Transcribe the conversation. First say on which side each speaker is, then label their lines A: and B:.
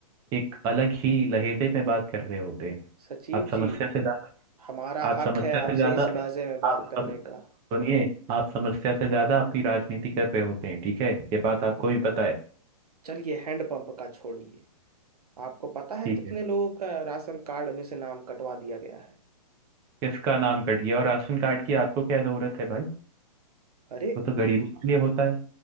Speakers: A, on the right (about 20°); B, on the right (about 85°).
A: एक अलग ही लहजे में बात कर रहे होते हैं
B: सचिव
A: आप समस्या
B: जी
A: से ज्यादा
B: हमारा
A: आप
B: हक
A: समस्या
B: है आपसे
A: से ज्यादा
B: इस लहजे में बात
A: आप
B: करने का
A: सुनिए आप समस्या से ज्यादा अपनी राजनीति कर रहे होते हैं ठीक है ये बात आपको भी पता है
B: चलिए हैंडपंप का छोड़िए आपको पता है
A: ठीक
B: कितने
A: है
B: लोगों का राशन कार्ड में से नाम कटवा दिया गया है
A: किसका नाम कट गया और राशन कार्ड की आपको क्या जरूरत है भाई
B: अरे
A: वो तो गरीबों के लिए होता है